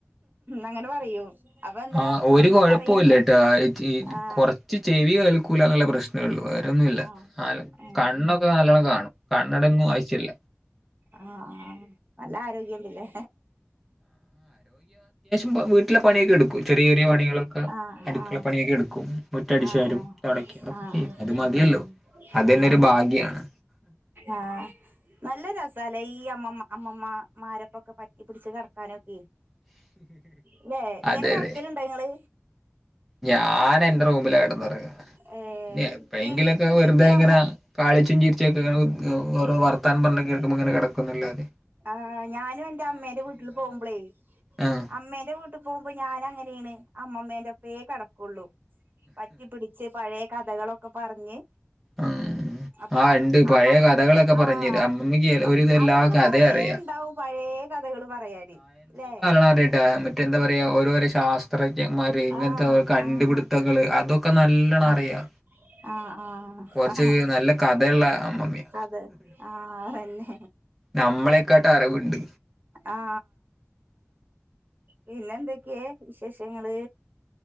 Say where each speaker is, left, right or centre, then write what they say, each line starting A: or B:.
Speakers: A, on the right; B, in the centre.
A: അങ്ങനെ പറയൂ അപ്പൊ എന്താ
B: ആ ഒരു
A: അമ്മമ്മ
B: കുഴപ്പോല്ലട്ടോ
A: പറയെന്താ
B: ചെ
A: ആ
B: കൊറച്ച് ചെവി കേൾക്കൂ ല ന്ന്ള്ള പ്രശ്നേ ഉള്ളൂ വേറൊന്നൂല്ല
A: ആ ഏ
B: കണ്ണൊക്കെ നാലോണ്ണം കാണും കണ്ണട ഒന്നും ആവശ്യില്ല
A: ആ ആ നല്ല ആരോഗ്യല്ല് ലേ
B: പ്പൊ വീട്ട്ലെ പണിയൊക്കെ എടുക്കും ചെറിയ ചെറിയ പണികളക്കെ
A: ആ
B: അടുക്കുള്ള
A: ആ
B: പണിയൊക്കെ എടുക്കും മുറ്റടിച്ച്
A: ആ ആ
B: വാരും തൊടക്കും <unintelligible>
A: ആ
B: അത്
A: ആ
B: മതിയല്ലോ അതന്നെ
A: ആ
B: ഒരു ഭാഗ്യാണ്
A: ആ നല്ലൊരസാലേ ഈ അമ്മമ്മ അമ്മമ്മമാരൊപ്പൊക്കെ പറ്റിപ്പിടിച്ച് കിടക്കാനൊക്കെ അല്ലെ ഇങ്ങനെ
B: അതെ
A: കറക്കലുണ്ടോ
B: അതെ
A: നിങ്ങള്
B: ഞാൻ എന്റെ റൂമില കിടന്നുറങ്ങ
A: ഏ
B: ഇ എപ്പോഴെങ്കിലുക്കെ
A: ഇക്ക്
B: വെറുതെ
A: ഇക്കും
B: ഇങ്ങനെ
A: അമ്മ
B: കാളിച്ചും ചീരിച്ചൊക്കെ ഓരോ വർത്താൻ പറഞ്ഞ കേൾക്കോ ഇങ്ങന കിക്കന്ന അല്ലാതെ
A: ആ ഞാനും എൻറെ അമ്മേന്റെ വീട്ടിൽ പോകുമ്പളേ
B: ആഹ്
A: അമ്മേന്റെ വീട്ടിൽ പോകുമ്പോ ഞാനൻ അങ്ങനെയണ് അമ്മമ്മേന്റെപ്പേ കിടക്കുള്ളു പറ്റി പിടിച്ച് പഴയ കഥകളൊക്കെ പറഞ്ഞ്
B: ഉം
A: അപ്പൊ
B: ആ ഉണ്ട് പഴയ
A: അമ്മം
B: കഥകളൊക്കെ
A: ആഹ്
B: പറഞ്ഞര അമ്മയ്ക്ക് ഒരുത എല്ലാ
A: അവർക്ക്
B: കഥയ
A: കൊറേ
B: അറിയാം
A: ഇണ്ടാവും പഴയ കഥകള് പറയാല്ലെ
B: മറ്റ എന്താ പറയാ ഓരോരോ ശാസ്ത്രജ്ഞന്മാര് ഇങ്ങനത്തെ
A: ആഹ്
B: കണ്ടുപിടുത്തങ്ങള്
A: ആഹ്
B: അതൊക്കെ നല്ലണം
A: ആഹ്
B: അറിയാ
A: ആഹ് ആഹ്
B: കുറച്ച്
A: ആഹ്
B: നല്ല കഥയുള്ള അമ്മമ്മിയ
A: അതെ ആഹ് അതന്നെ
B: നമ്മളെക്കാട്ട് അറിവുണ്ട്
A: ആ പിന്നെ എന്തൊക്കെയ വിശേഷങ്ങള്